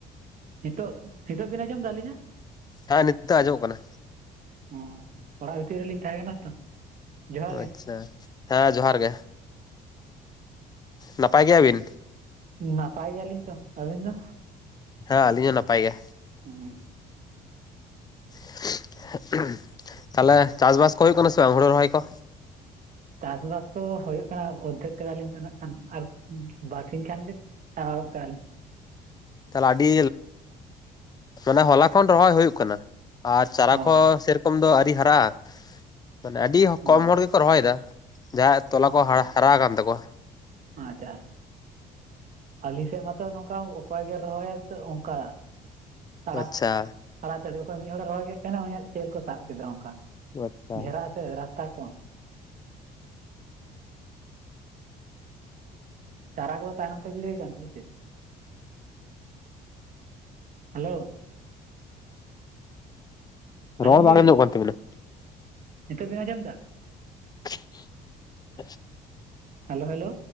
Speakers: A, on the right (about 50°); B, on the left (about 25°).
A: ᱦᱤᱛᱚᱜ ᱦᱤᱛᱚᱜ ᱵᱤᱱ ᱟᱸᱡᱚᱢ ᱫᱟ ᱟᱞᱤᱧᱟ?
B: ᱦᱮᱸ ᱱᱤᱛ ᱫᱚ ᱟᱸᱡᱚᱢᱚᱜ ᱠᱟᱱᱟ᱾
A: ᱚ ᱚᱲᱟᱜ ᱵᱷᱤᱛᱤᱨ ᱨᱮᱞᱤᱧ ᱛᱟᱦᱮᱸ ᱠᱟᱱᱟ ᱛᱚ᱾ ᱡᱚᱦᱟᱨ ᱜᱮ
B: ᱟᱪᱪᱷᱟ ᱦᱮᱸ ᱡᱚᱦᱟᱨ ᱜᱮ᱾ ᱱᱟᱯᱟᱭ ᱜᱮᱭᱟ ᱵᱤᱱ?
A: ᱱᱟᱯᱟᱭ ᱜᱮᱭᱟᱞᱤᱧ ᱛᱚ᱾ ᱟᱹᱵᱤᱱ ᱫᱚ?
B: ᱦᱮᱸ ᱟᱹᱞᱤᱧ ᱦᱚᱸ ᱱᱟᱯᱟᱭ ᱜᱮ᱾
A: ᱦᱩᱸ
B: <unintelligible> ᱛᱟᱦᱚᱞᱮ ᱪᱟᱥᱵᱟᱥ ᱠᱚ ᱦᱩᱭᱩᱜ ᱠᱟᱱᱟ ᱥᱮ ᱵᱟᱝ ᱦᱩᱲᱩ ᱨᱚᱦᱚᱭ ᱠᱚ?
A: ᱪᱟᱥᱵᱟᱥ ᱠᱚ ᱦᱩᱭᱩᱜ ᱠᱟᱱᱟ ᱚᱫᱫᱷᱮᱠ ᱠᱮᱫᱟᱞᱤᱧ ᱛᱚ ᱱᱟᱜ ᱠᱷᱟᱱ ᱟᱨ ᱵᱟᱨᱥᱤᱧ ᱠᱷᱟᱱ ᱜᱮ ᱟᱣᱠᱟᱨ
B: ᱛᱟᱦᱞᱮ ᱟᱹᱰᱤ ᱢᱟᱱᱮ ᱦᱚᱞᱟ ᱠᱷᱚᱱ ᱨᱚᱦᱚᱭ ᱦᱩᱭᱩᱜ ᱠᱟᱱᱟ᱾ ᱟᱨ ᱪᱟᱨᱟ
A: ᱚ
B: ᱠᱚ ᱥᱮᱨᱚᱠᱚᱢ ᱫᱚ ᱟᱣᱨᱤ ᱦᱟᱨᱟᱜᱼᱟ, ᱢᱟᱱᱮ ᱟᱰᱤ ᱠᱚᱢ
A: ᱚ
B: ᱦᱚᱲ ᱜᱮᱠᱚ ᱨᱚᱦᱚᱭᱫᱟ᱾ ᱡᱟᱦᱟᱸᱭᱟᱜ ᱛᱚᱞᱟ
A: ᱟᱪᱪᱷᱟ
B: ᱠᱚ ᱦᱟ ᱦᱟᱨᱟ ᱟᱠᱟᱱ ᱛᱟᱠᱚᱣᱟ᱾
A: ᱟᱪᱪᱷᱟ ᱟᱨ ᱟᱹᱞᱤᱧ ᱥᱮᱫ ᱢᱟᱛᱚ ᱱᱚᱝᱠᱟ ᱚᱠᱚᱭ ᱜᱮ ᱨᱚᱦᱚᱭᱟ ᱛᱚ ᱚᱱᱠᱟ ᱛᱟᱲᱟᱜ
B: ᱟᱪᱪᱷᱟ
A: ᱛᱟᱲᱟᱛᱟᱲᱤ ᱚᱠᱚᱭ ᱢᱤᱫ ᱦᱚᱲᱮ ᱨᱚᱦᱚᱭ ᱠᱮᱫ ᱠᱷᱟᱱ ᱩᱱᱤᱭᱟᱜ ᱪᱟᱹᱞ ᱠᱚ ᱥᱟᱵ ᱠᱮᱫᱟ ᱚᱱᱠᱟ
B: ᱟᱪᱪᱷᱟ
A: ᱜᱷᱮᱨᱟ ᱮᱥᱮᱫ ᱨᱟᱥᱛᱟ ᱠᱚ᱾ ᱪᱟᱨᱟ ᱠᱚᱫᱚ ᱛᱟᱭᱱᱚᱢ ᱛᱮ ᱜᱤᱲᱤ ᱦᱳᱭ ᱠᱟᱱ ᱛᱮ ᱥᱮᱪᱮᱫ? ᱦᱮᱞᱳ ᱟᱸᱡᱚᱢ
B: ᱨᱚᱲ ᱵᱟᱝ
A: ᱫᱟᱵᱤᱱ
B: ᱟᱸᱡᱚᱢᱚᱜ ᱠᱟᱱ ᱛᱟᱵᱤᱱᱟ᱾
A: ᱱᱤᱛᱚᱜ ᱵᱮᱱ ᱟᱸᱡᱚᱢ ᱫᱟ?
B: <unintelligible>
A: Hello hello